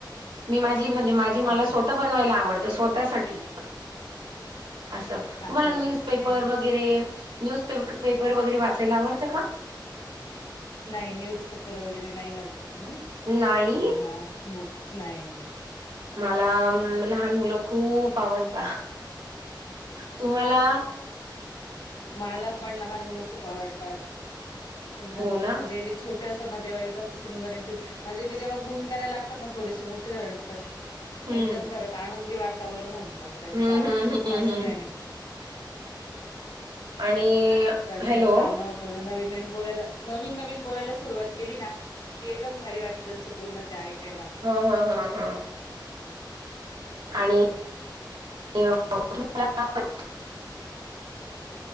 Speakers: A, on the right; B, on the left.
A: मी माझी म्हणजे माझी मला
B: अच्छा
A: स्वतः बनवायला आवडतं, स्वतःसाठी. असं
B: अच्छा
A: तुम्हाला
B: ओके
A: न्यूजपेपर
B: ओके
A: वगैरे, न्यूज पेपर वगैरे वाचायला आवडतं का?
B: नाही न्यूजपेपर वगैरे नाही वाचत मी,
A: नाही
B: पण बुक्स नाही नाही.
A: मला लहान मुलं खूप आवडता तुम्हाला?
B: माला पण लहान मुलं खूप आवडतात, एकदम
A: हो ना
B: म्हणजे ते छो टे असतात ना तेव्हा एकदम सुंदर न क्युट, म्हणजे ते जेव्हा गुण करायला लागतात ना थोडेस मोठे झाल्यानंतर
A: हम्म
B: एकदम घरात आनंदी वातावरण होऊन जातं त्यांच्या
A: हम्म हम्म हम्म
B: असण्याने.
A: हम्म आणि!
B: त्यांचं
A: हॅलो
B: चालणं बोल नवीन नवीन बोलायला नवीन नवीन बोलायला सुरुवात केली ना! कि एकदम भारी वाटतं त्यांचं बोलणं ते ऐकायला.
A: हा हा हा हा! <unintelligible>